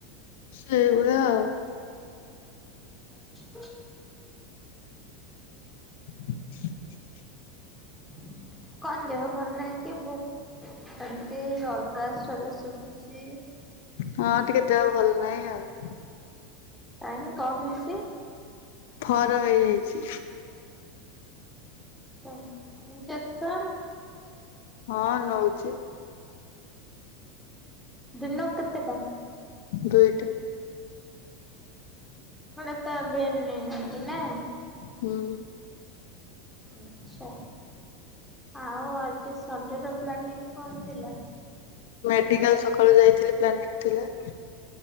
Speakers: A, on the left; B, in the centre.
A: ସେଇ ଭଳିଆ ଆଉ
B: ହ <unintelligible>
A: ହ <inaudible>
B: <inaudible> କଣ ଦେହ ଭଲ ନାହିଁ କି? ଭୁ ଏମତି ଅଲଗା ସ୍ୱର <unintelligible>
A: ହଁ ଟିକେ ଦେହ ଭଲ ନାଇଁ ଆଉ।
B: କାଇଁମ କଣ ହେଇଛି?
A: ଫର
B: ଆଛା
A: ହେଇଯାଇଛି।
B: ଇଞ୍ଜେକ୍ସନ
A: ହଁ ନଉଛି।
B: ଦିନକୁ କେତେଟା?
A: ଦୁଇଟା।
B: ମଡେ ତ ଭେନରେ ନିଅନ୍ତି ନା।
A: ହୁଁ
B: ଆଛା ଆଉ ଆଜି ସଣ୍ଡେର ପ୍ଲାନିଂ କଣ ଥିଲା?
A: ମେଡିକାଲ ସକାଳୁ ଯାଇଥିଲି ପ୍ଲାନି ଥିଲା।